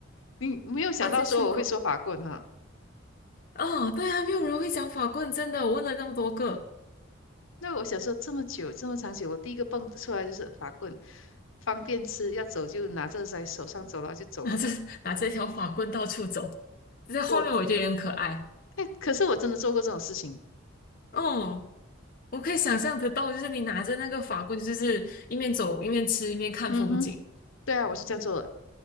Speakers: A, on the left; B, on the left.
A: 你没有想到说我会说法棍哈。
B: 把自己出口。哦，对啊，没有人会讲法棍，真的，我问了那么多个，
A: 那我想说这么久这么长久，我第一个蹦出来就是法棍，方便吃，要走就拿着在手上走了就走了。
B: 拿着拿着一条法棍到处走，这在画面我觉得也很可爱。
A: 我哎，可是我真的做过这种事情。
B: 嗯。我可以想象得到，就是你拿着那个法棍，就是一面走一面吃一面看风景，
A: 嗯哼，对啊，我是这样做的。